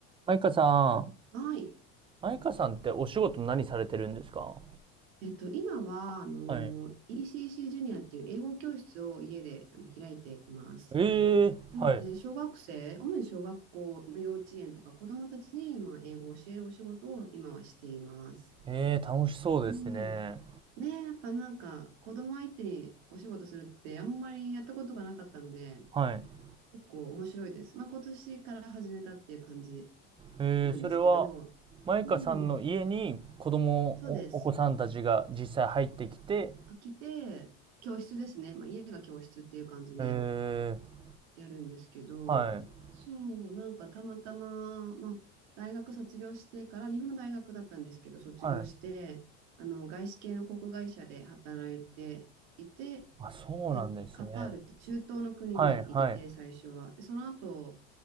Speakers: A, on the right; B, on the right.
A: マイカさん、
B: はい。
A: マイカさんってお仕事何されてるんですか
B: えっと、今は、あの、
A: はい。
B: ECC ジュニアっていう英語教室を家であの開いています。
A: ええ、
B: なので、
A: はい。
B: 小学生、主に小学校、幼稚園とか子どもたちに、まあ、英語を教えるお仕事を今はしています。
A: ええ、楽しそうですね。
B: うんねえ、やっぱなんか、子ども相手にお仕事するってあんまりやったことがなかったので、
A: はい。
B: 結構面白いです。まあ、今年から始めたっていう感じ
A: ええ、
B: なんですけど、
A: それは、マイカさんの家に子供、
B: うん、そうです。
A: お、お子さんたちが実際入ってきて、
B: 飽きて、教室ですね。まあ、家が教室っていう感じで
A: ええ、
B: やるんですけど、
A: はい、
B: そう、なんかたまたま、まあ、大学卒業してから、日本の大学だったんですけど、卒業して、
A: はい。
B: あの、外資系の航空会社で働いていて、
A: あ、そうなんですね。
B: で、カタールって中東の国に行って、
A: はい、はい、
B: 最初は。でその後、